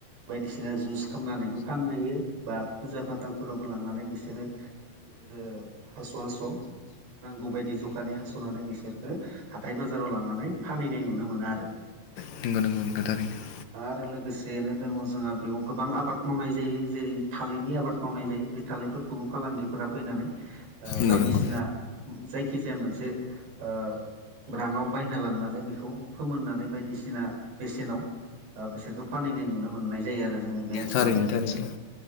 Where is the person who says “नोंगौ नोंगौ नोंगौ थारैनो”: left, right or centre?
Left